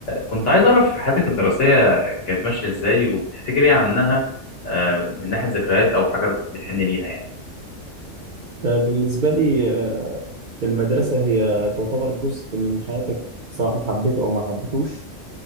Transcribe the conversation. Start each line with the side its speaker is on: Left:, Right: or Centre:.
Left: كنت عايز أعرف حياتك الدراسية كانت ماشية إزاي وبتفتكر إيه عنها آه، من ناحية ذكريات أو حاجة بت- بتحن ليها يعني
Right: آه، بالنسبة لي آه، المدرسة هي تعتبر جزء من حياتك سواء حبيت أو ما حبيتوش